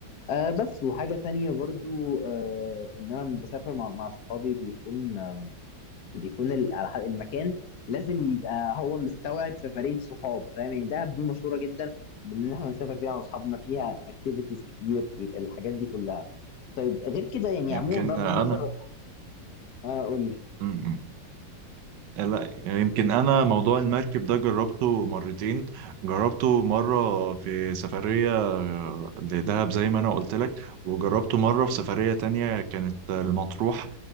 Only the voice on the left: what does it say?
آه، بس وحاجه تانية برضو آه، ان انا لما بسافر مع مع صحابي بيكون آم، بيكون ال- على حق- المكان لازم يبقى هو مستوعب سفريه صحاب فاهم يعني دهب دي مشهوره جدا بان احنا نسافر فيها مع اصحابنا فيها اكتيفيتيز كتير ال- الحاجات دي كلها طيب غير كده يعني
عموما بقى بغض
النظر اقول